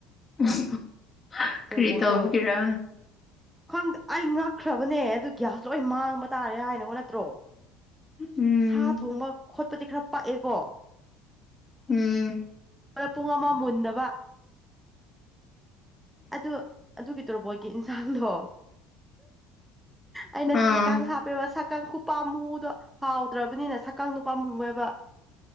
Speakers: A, on the left (about 25°); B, in the centre.
A: <unintelligible>
B: ꯇꯣꯔꯕꯣꯠꯇꯣ
A: ꯀ꯭ꯔꯤ ꯇꯧꯕꯒꯤꯔꯥ
B: ꯈꯪꯗꯦ ꯑꯩ ꯉꯛꯈ꯭ꯔꯕꯅꯦ ꯑꯗꯨ ꯒ꯭ꯌꯥꯁ ꯂꯣꯏ ꯃꯥꯡꯕ ꯇꯥꯔꯦ ꯍꯥꯏꯅꯉꯣ ꯅꯠꯇ꯭ꯔꯣ
A: ꯎꯝ
B: ꯁꯥ ꯊꯣꯡꯕ ꯈꯣꯠꯄꯗꯤ ꯈꯔ ꯄꯛꯑꯦꯀꯣ
A: ꯎꯝ
B: ꯄꯨꯡ ꯑꯃ ꯃꯨꯟꯗꯕ ꯑꯗꯨ ꯑꯗꯨꯒꯤ ꯇꯣꯔꯕꯣꯠꯀꯤ ꯏꯟꯁꯥꯡꯗꯣ ꯑꯩꯅ
A: ꯑꯥ
B: ꯁꯥ ꯀꯥꯡ ꯍꯥꯞ ꯕꯦꯕ ꯁꯥꯀꯪ ꯈꯨꯄꯥ ꯃꯨꯗꯣ ꯍꯥꯎꯇ꯭ꯔꯕꯅꯤꯅ ꯁꯥꯀꯪ ꯗꯨ ꯄꯥꯃꯨꯌꯦꯕ